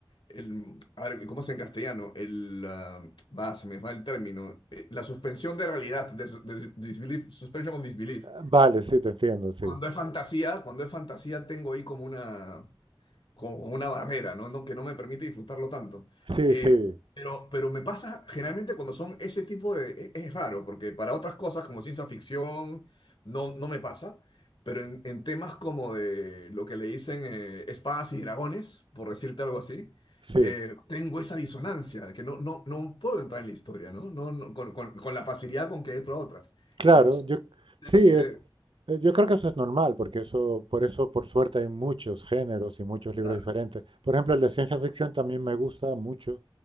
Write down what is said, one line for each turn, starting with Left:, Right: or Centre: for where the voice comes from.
Left: El, a ver, ¿cómo es en castellano? El, ah, va, se me va el término. Eh, La suspensión de realidad, de, su- de disbelief, suspension of disbelief.
Right: Vale, sí, te entiendo, sí.
Left: Cuando es fantasía, cuando es fantasía tengo ahí como una, como una barrera, ¿no? No, que no me permite disfrutarlo tanto.
Right: Sí,
Left: Eh,
Right: sí,
Left: pero, pero me pasa generalmente cuando son ese tipo de... Es, es raro, porque para otras cosas como ciencia ficción no, no me pasa, pero en, en temas como de lo que le dicen eh, espadas y dragones, por decirte algo así,
Right: sí.
Left: eh, tengo esa disonancia, de que no, no, no puedo entrar en la historia, ¿no? No, no, con, con- con la facilidad con que entro a otras.
Right: Claro,
Left: No sé
Right: yo sí
Left: a qué se
Right: es.
Left: debe.
Right: eh, Yo creo que eso es normal, porque eso, por eso, por suerte, hay muchos géneros y muchos libros
Left: Claro,
Right: diferentes. Por ejemplo, el de ciencia ficción también me gusta mucho.